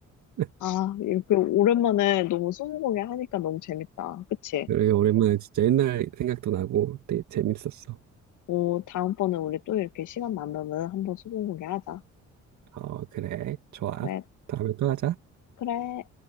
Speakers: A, on the right; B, on the left.
A: <laughs>
B: 아, 이렇게 오랜만에 너무 스무고개 하니까 너무 재밌다. 그치?
A: 그래, 오랜만에 진짜 옛날 생각도 나고 되게 재밌었어.
B: 어, 다음번에 우리 또 이렇게 시간 나면은 한번 스무고개 하자.
A: 어, 그래. 좋아.
B: 그래,
A: 다음에 또 하자.
B: 그래.